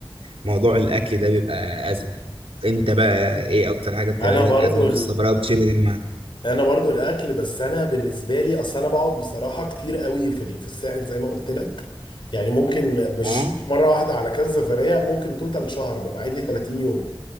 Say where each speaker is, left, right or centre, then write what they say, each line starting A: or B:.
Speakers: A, on the right; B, on the left.
A: فموضوع الاكل ده بيبقى ازمه انت بقى ايه اكتر حاجه بتعمل
B: انا برضو
A: لك ازمه في السفر او بتشيل المعنى
B: انا برضو الاكل بس انا بالنسبه لي اصل انا بقعد بصراحه كتير قوي في ال- في الساحل زي ما قلت لك يعني ممكن مش
A: اه
B: مره واحده على كذا سفريه ممكن توتال شهر ببقى قاعد لي 30 يوم